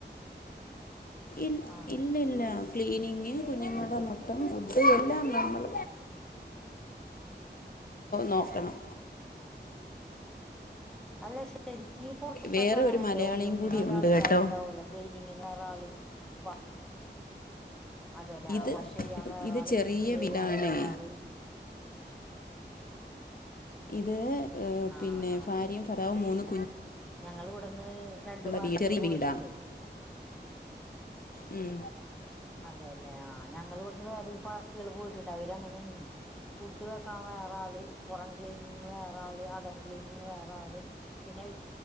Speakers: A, on the left; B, in the centre.
A: ഇൽ
B: ആഹ്
A: ഇല്ല ഇല്ല ക്ലീനിങ് കുഞ്ഞുങ്ങളുടെ നൊട്ടം ഫുഡ് എല്ലാം നമ്മൾ നോക്കണം
B: അല്ല ശരി ഈ പുറത്തസ്ഥലത്ത
A: വേറെ
B: അങ്ങനെല്ല
A: ഒരു മലയാളിയും
B: ഓരോന്നിനും
A: കൂടി
B: ഒരാൾക്കാരുണ്ടാവുമല്ല
A: ഉണ്ട് കേട്ടോ
B: ക്ലീനിങ്ങന് വേറ ആള് വ അതെല്ലേ
A: ഇത്
B: വാഷ് ചെയ്യാൻ വേറ
A: ഇത്
B: ആള്
A: ചെറിയ
B: ഫുഡ്ഡ് ചെയ്യാൻ
A: വീടാണേ
B: വേറ ആള്
A: ഇത് ഏ
B: ആഹ്
A: പിന്നെ
B: ആഹ്
A: ഭാര്യയും ഫര്ദാവും മൂന്നും
B: ഞങ്ങൾ ഇവിടുന്ന് രണ്ട് പാർട്ടികൾ
A: വീ ചെറിയ
B: പോയിട്ടുണ്ട്
A: വീടാ ഉം
B: അതെയല്ലേ ആ ഞങ്ങൾ ഇവിടുന് വേറെ പാർട്ടികള് പോയിട്ടുണ്ട് അവര് അങ്ങനെയണന്ന്. ഫുഡ് വെക്കാൻ വേറെ ആള് പുറം ക്ലീനിങ് വേറ ആള് അകം ക്ലീനിങ് വേറ ആള് പിന്നെ